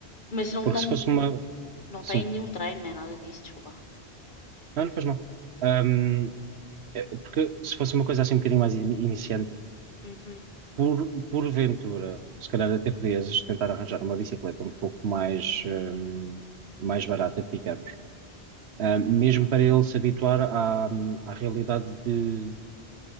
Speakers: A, on the left; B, on the right.
A: Mas não,
B: Porque
A: não,
B: se fosse uma.
A: não
B: Sim,
A: tem nenhum treino nem nada disso, desculpa.
B: não, não faz mal. Ahm, é- porque se fosse uma coisa assim um bocadinho mais in- iniciante,
A: Uhum,
B: por, porventura, se calhar até podias tentar arranjar uma bicicleta um pouco mais, hum, mais barata, digamos, Hum, mesmo para ele se habituar à, à realidade de,